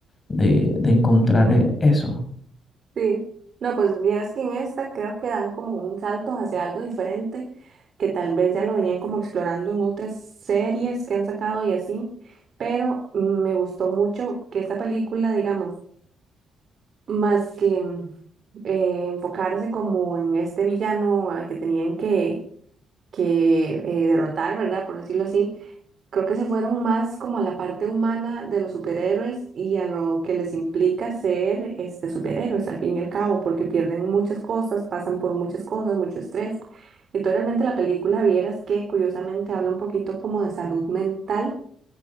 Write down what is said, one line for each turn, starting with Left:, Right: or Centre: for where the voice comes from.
Left: de, de encontrar eh, eso.
Right: Sí. No, pues vieras que en esta creo que dan como un salto hacia algo diferente, que tal vez ya lo venían como explorando en otras series que han sacado y así, pero mm, me gustó mucho que esta película, digamos, más que mm, eh, enfocarse como en este villano al que tenían que, que eh, derrotar, ¿verdad? Por decirlo así, creo que se fueron más como a la parte humana de los superhéroes y a lo que les implica ser este, superhéroes al fin y al cabo, porque pierden muchas cosas, pasan por muchas cosas, mucho estrés. Y tú realmente la película vieras que curiosamente habla un poquito como de salud mental